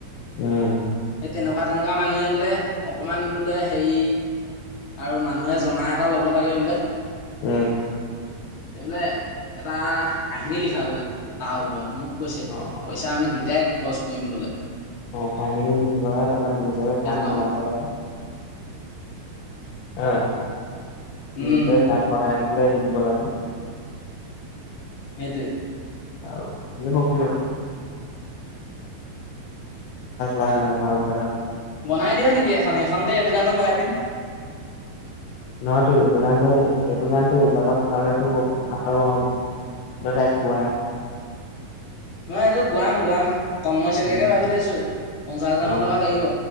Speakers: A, on the left (about 75°); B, on the left (about 65°).
A: উম।
B: সেই তেনেকুৱা তেনেকুৱা মানুহে বোলে অকণমান বোলে হেৰি আৰু মানুহে জনা এটা ল'ব লাগে বোলে।
A: উম
B: তেতিয়াহলে এটা কাহিনী লিখা বোলে তাৰ ওপৰত। মোক কৈছে
A: অ'।
B: পইচা আমি দুয়োটাই খৰচ কৰিম বোলে।
A: অঁ, কাহিনী ইমান এটা নিজৰে
B: সেইটো
A: গান
B: কামত
A: বনাই বনাই অঁ।
B: উম
A: নিজৰে গান বনাই লৈ লৈ দি দিব লাগে।
B: এইটো
A: আৰু দিব ফ ল লাই লাই ভাল লাই
B: বনাই দিয়া নেকি এখন সেইখন দ এইটো কাৰণো বহাই দিম
A: নহয়তো এইটো গণটো এইটো গানটো এইবিলাকত ভালটো ভাল নহ তাইক কোৱা
B: মই এইযোৰ গোৱাম গোৱাম তন্ মই শইকীয়াকে
A: উম,
B: ভাবি থৈছোঁ পঞ্চাছ হাজাৰমানান
A: অ',
B: টকা লাগিব